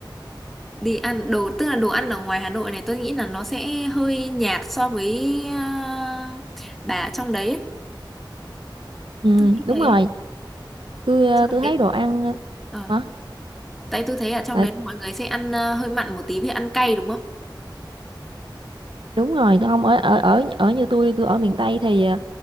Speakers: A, in the centre; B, on the right.
A: đi ăn đồ tức là đồ ăn ở ngoài Hà Nội này tôi nghĩ là nó sẽ hơi nhạt so với à, bà ở trong đấy ấy.
B: ừ,
A: tôi nghĩ
B: đúng
A: thế
B: rồi tôi ờ,
A: trong
B: tôi
A: đấy
B: thấy đồ ăn
A: Ờ.
B: ờ,
A: Tại tôi thấy ở trong
B: hả
A: đấy mọi người sẽ ăn ờ, hơi mặn một tí vì ăn cay đúng không?
B: đúng rồi tôi không ở ở ở ở như tôi tôi ở miền Tây thì à,